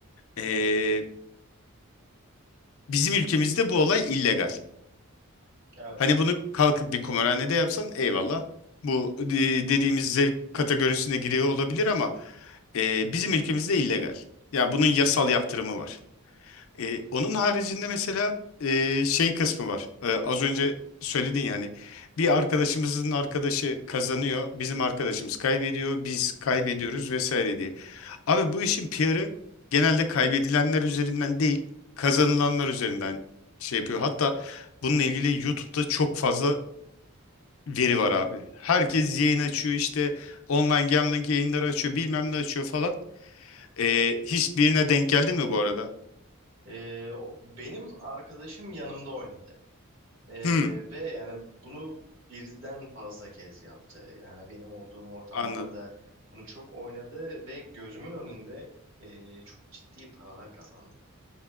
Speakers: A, on the left; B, on the right.
A: E, bizim ülkemizde bu olay illegal.
B: evet
A: Hani bunu kalkıp bir kumarhanede yapsan eyvallah. Bu e, dediğimiz zevk kategorisine giriyor olabilir ama e, bizim ülkemizde illegal. Ya bunun yasal yaptırımı var. E, onun haricinde mesela e, şey kısmı var. E, az önce söyledin yani. Bir arkadaşımızın arkadaşı kazanıyor, bizim arkadaşımız kaybediyor, biz kaybediyoruz vesaire diye. Abi bu işin PR'ı genelde kaybedilenler üzerinden değil, kazanılanlar üzerinden şey yapıyor. Hatta bununla ilgili YouTube'da çok fazla veri var abi. Herkes yayın açıyor işte online gambling yayınları açıyor bilmem ne açıyor falan. Ee, hiçbirine denk geldin mi bu arada?
B: Ee, o- benim arkadaşım yanımda oynadı Ee,
A: Hmm,
B: ve yani bunu birden fazla kez yaptı. Yani benim olduğum ortamlarda
A: anladım.
B: bunu çok oynadı ve gözümün önünde e, çok ciddi paralar kazandı.